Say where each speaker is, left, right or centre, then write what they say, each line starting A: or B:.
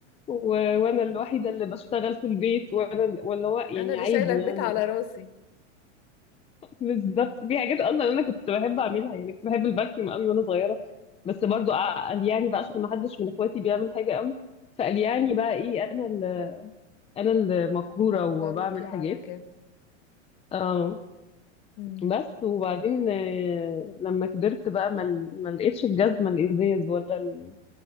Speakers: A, on the left; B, on the left.
A: و... وأنا الوحيدة اللي بشتغل في البيت وأنا ال- واللي هو يعني
B: انا اللي
A: عادي
B: شايلة البيت
A: يعني
B: على راسي
A: بالظبط في حاجات اصلا انا كنت بحب اعملها يعني كنت بحب الفاكيوم قوي وانا صغيره بس برضو قع- قلياني بقى عشان ما حدش من اخواتي بيعمل حاجه قوي فقلياني بقى ايه انا ال- انا المقهوره
B: اجبروكي
A: وبعمل
B: على
A: حاجات
B: كده
A: اه
B: مم.
A: بس وبعدين آه، لما كبرت بقى ما ل- ما لقيتش الجزمه الازاز ولا ال...